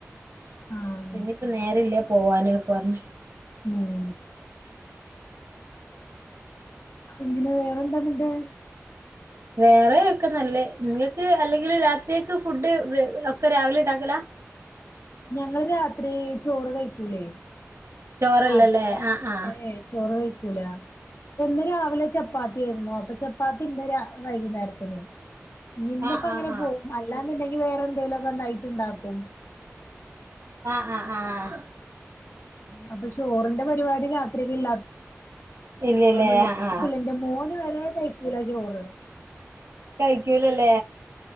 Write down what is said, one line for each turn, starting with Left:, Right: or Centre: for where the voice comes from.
Left: ആഹ്
Right: പിന്നിപ്പ നേര ഇല്ല പോവാന്ക്കെ പറഞ്ഞ്
Left: ഉം കുഞ്ഞിന് വേറെന്താന്നിട്ട്
Right: വേറെ ഒക്കെ നല്ലേ നിങ്ങൾക്ക് അല്ലെങ്കിൽ രാത്രിക്ക് ഫുഡ് വേ ഒക്കെ രാവിലെ ഉണ്ടാക്കല
Left: ഞങ്ങള് രാത്രി ചോറ് കഴിക്കൂലേ
Right: ചോറല്ലല്ലേ
Left: അപ്പോ
Right: ആഹ് ആഹ്
Left: ഏ ചോറ് കഴിക്കൂല ഇന്ന് രാവിലെ ചപ്പാത്തി ആയിരുന്നു അപ്പ ചപ്പാത്തി ഇന്ന് രാ വൈകുന്നേരത്തിന് നിന്നിപ്പോ
Right: ആഹ്
Left: അങ്ങനെ
Right: ആഹ്
Left: പോകും അല്ലാന്ന്ണ്ടെങ്കി വേറെ എന്തെങ്കലുഒക്കെനൈറ്റ്‌ ഇണ്ടാക്കും
Right: ആഹ് ആഹ് ആഹ്
Left: അപ്പൊ ചോറിന്റെ പരിവാടി രാത്രിക്ക് ഇല്ല
Right: ഇല്ലല്ലേ
Left: ലതൊണ്ട് വല്ല്യ
Right: ആഹ് ആഹ്
Left: പ്പില്ലന്റെ മോന് വരെ കഴിക്കൂല ചോറ്
Right: കയിക്കൂലല്ലേ